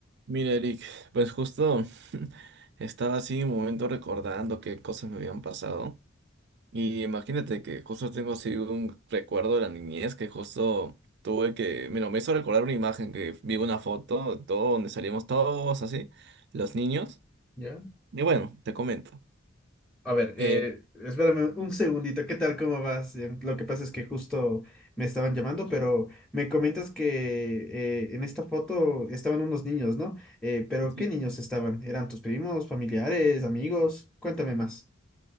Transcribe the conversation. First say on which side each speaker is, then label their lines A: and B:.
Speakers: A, on the right; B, in the centre.
A: Mira, Eric, pues justo <laughs> estaba así un momento recordando qué cosas me habían pasado. Y imagínate que justo tengo así un recuerdo de la niñez que justo tuve que, mira, me hizo recordar una imagen que vi una foto, todo donde salimos todos así, los niños.
B: ¿Ya?
A: Y bueno, te comento.
B: A ver, eh,
A: Eh,
B: espérame un segundito, ¿qué tal? ¿Cómo vas? Em, Lo que pasa es que justo me estaban llamando, pero me comentas que eh, en esta foto estaban unos niños, ¿no? Eh, pero
A: sí.
B: ¿qué niños estaban? ¿Eran tus primos, familiares, amigos? Cuéntame más.